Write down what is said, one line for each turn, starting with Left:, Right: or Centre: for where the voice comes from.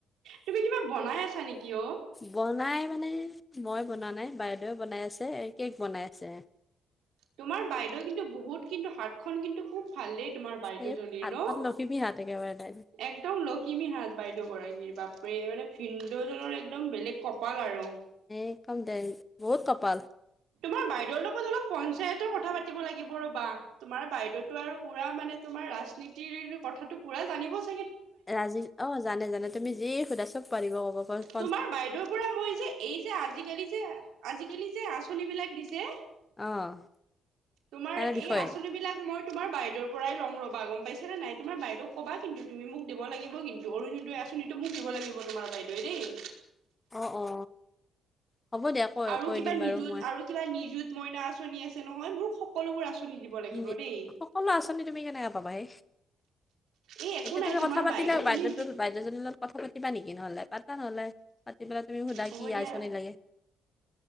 Right: তুমি কিবা বনাই আছা নেকি অ?
Left: বনাই মানে মই বনা নাই, বাইদেউৱে বনাই আছে এই কেক বনাই আছে।
Right: তোমাৰ বাইদেউ কিন্তু বহুত কিন্তু হাতখন কিন্তু খুব ভাল দেই তোমাৰ বাইদেউজনীৰ
Left: এই হাতখন
Right: ন?
Left: লখিমী হাত একেবাৰে তাই
Right: এক দম লখিমী হাত বাইদেউ গৰাকীৰ বাপৰে মানে ভিন্দৌজনৰ একদম বেলেগ কপাল আৰু।
Left: একদম দেই, বহুত কপাল।
Right: তোমাৰ বাইদেউৰ লগত অলপ পঞ্চায়তৰ কথা পাতিব লাগিব ৰ'বা। তোমাৰ বাইদেউতো আৰু পুৰা মানে তোমাৰ ৰাজনীতিৰ কথাটো পুৰা জানিব চ
Left: ৰাজনীতি অ' জানে, জানে তুমি যিয়েই সুধা চব পাৰিব ক'ব। পাৰ
Right: তোমাৰ বাইদেউৰ পৰা মই যে এই যে আজিকালি যে, আজিকালি যে আঁচনিবিলাক দিছে।
Left: অ'।
Right: তোমাৰ
Left: তাৰে
Right: এই
Left: বিষয়ে
Right: আচঁনিবিলাক মই তোমাৰ বাইদেউৰ পৰাই ল'ম ৰ'বা গম পাইছানে নাই? তোমাৰ বাইদেউ ক'বা কিন্তু তুমি মোক দিব লাগিব কিন্তু অৰুণোদয় আঁচনি টো মোক দিব লাগিব তোমাৰ বাইদেৱে দেই।
Left: অ' অ। হ'ব দিয়া কৈ,
Right: আৰু
Left: কৈ
Right: কিবা
Left: দিম
Right: নিযুত
Left: বাৰু মই।
Right: আৰু কিবা নিযুত মইনা আঁচনি আছে নহয়? মোৰ সকলোবোৰ আঁচনি দিব লাগিব
Left: নি-
Right: দেই।
Left: সকলো আঁচনি তুমি কেনেকে পাবাহে?
Right: এই একো
Left: এতিয়া
Right: নাই
Left: তুমি
Right: তোমাৰ
Left: কথা পাতিলে
Right: বাইদেউ
Left: বাইদেউটো
Right: তুমি
Left: বাইদেউজনীৰ লগত কথা পাতিবা নেকি? নহ'লে পাতা নহ'লে, পাতি পেলাই তুমি সুধা
Right: হ'ব
Left: কি
Right: দিয়া
Left: আঁচনি লাগে?